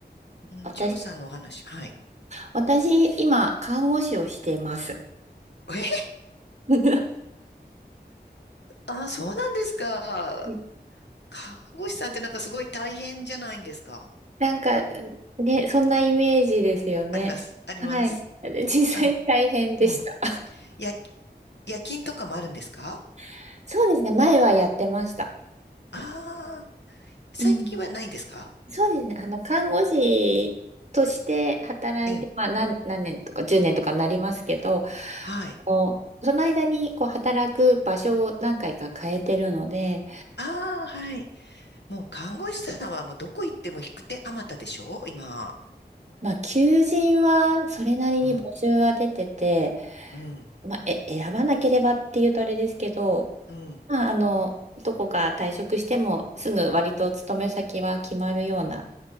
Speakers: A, on the left; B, on the right.
A: うん、
B: 私、
A: 千穂さんのお話、はい。
B: 私、今、看護師をしてます。
A: え
B: <laughs> う
A: あ、そうなんですか。
B: ん
A: 看護師さんってなんかすごい大変じゃないんですか。
B: なんか、ね、そんなイメージですよね。
A: あります、あります。
B: はい。<laughs> 実際大変でした。
A: あの、うん。や、夜勤とかもあるんですか
B: <laughs> そうですね、前はやってました。
A: ああー、
B: うん。
A: 最近はないんですか
B: そうですね、あの、看護師として働いて、
A: うん。
B: まあ、何、何年とか10年とかになりますけど、あのその間にこう働く場所を何回か変えてるので、
A: はい。ああ、はい。もう看護師さんはもうどこ行っても引く手あまたでしょ今。
B: まあ、求人はそれなりに募集は出てて、
A: うん、うん、
B: まあ、え、選ばなければっていうとあれですけど、
A: うん。
B: まあ、あの、どこか退職してもすぐ割と勤め先は決まるような、